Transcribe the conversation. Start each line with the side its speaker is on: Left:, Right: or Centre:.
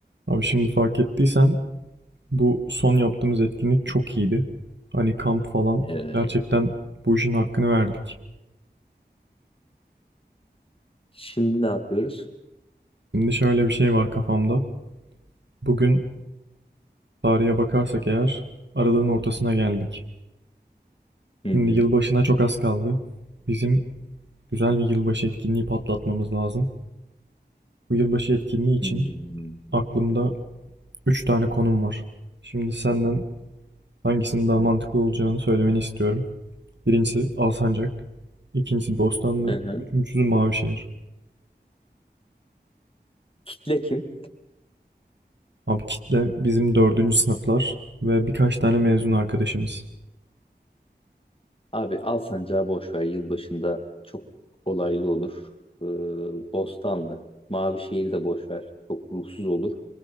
Right: Abi şimdi fark ettiysen bu son yaptığımız etkinlik çok iyiydi. Hani kamp falan
Left: Ee,
Right: gerçekten bu işin hakkını verdik.
Left: şimdi ne yapıyoruz?
Right: Şimdi şöyle bir şey var kafamda. Bugün tarihe bakarsak eğer aralığın ortasına geldik.
Left: Hı
Right: Şimdi
Left: hı.
Right: yılbaşına çok az kaldı. Bizim güzel bir yılbaşı etkinliği patlatmamız lazım. Bu yılbaşı etkinliği için
Left: Hmm.
Right: aklımda 3 tane konum var. Şimdi senden hangisinin daha mantıklı olacağını söylemeni istiyorum. Birincisi Alsancak. ikincisi Bostanlı.
Left: Hı hı.
Right: Üçüncüsü Mavişehir.
Left: Kitle kim?
Right: Abi kitle bizim dördüncü sınıflar ve birkaç tane mezun arkadaşımız.
Left: Abi Alsancak'ı boş ver. Yılbaşında çok olaylı olur. Ee, Bostanlı. Mavişehir'i de boş ver. Çok ruhsuz olur.